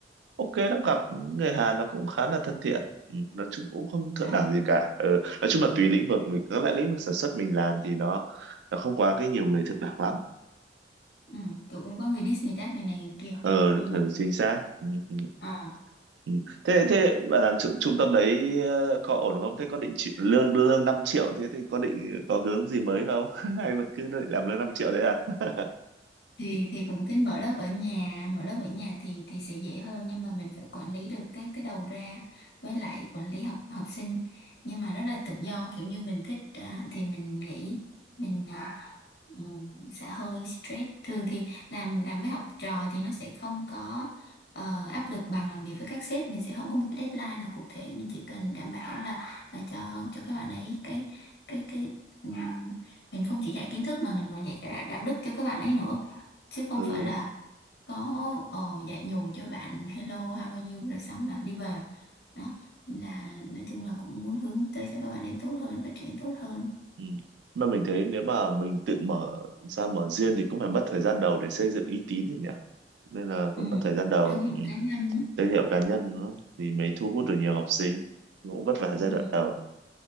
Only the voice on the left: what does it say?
À.
Ừ, kiểu cũng có người diss người tát người này người kia.
Nhưng mà
đó.
thì thì cũng tính mở lớp ở nhà mở lớp ở nhà thì thì sẽ dễ hơn nhưng mà mình phải quản lý được các cái đầu ra với lại quản lý học học sinh nhưng mà rất là tự do kiểu như mình thích à, thì mình nghỉ mình à, ừ, sẽ hơi stress thường thì làm làm với học trò thì nó sẽ không có ờ, áp lực bằng làm việc với các sếp mình sẽ không có một cái deadline nào cụ thể mình chỉ cần đảm bảo là là cho cho các bạn ấy cái cái cái ừm, mình không chỉ dạy kiến thức mà mình còn dạy cả đạo đạo đức cho các bạn ấy nữa chứ không
phải là có ờ, dạy nhồi cho bạn hello how are you rồi xong là đi về đó là nói chung là cũng muốn hướng tới cho các bạn ấy tốt hơn phát triển tốt hơn
ừ.
thương hiệu
cá nhân ấy.
ừ.